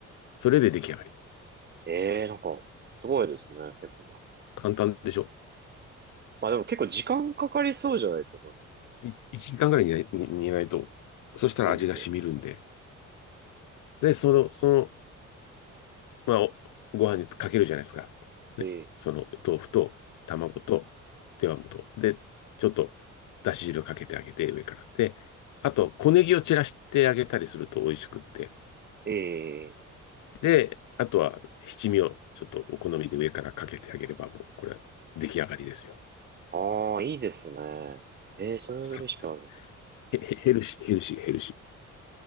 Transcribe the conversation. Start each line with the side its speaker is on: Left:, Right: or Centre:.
Left: それで出来上がり。
Right: ええなんか、すごいですね、結構。
Left: 簡単でしょ。
Right: まあでも結構時間かかりそうじゃないですか、その。
Left: い1時間ぐらい煮ない、煮煮ないと。そしたら味が染みるんで。
Right: そうですよね。
Left: で、その、そのまあ、おご飯にかけるじゃないですか。
Right: え
Left: ね。その豆腐と卵と手羽元。で、ちょっとだし汁かけてあげて、上から。で、あと、小ネギを散らしてあげたりすると美味しくって。
Right: ええ
Left: で、あとは七味をちょっとお好みで上からかけてあげれば、もうこれは出来上がりですよ。
Right: ああ、いいですね。ええ、そういうレシピあるんだ。
Left: サックス。へへヘルシー、ヘルシー、ヘルシ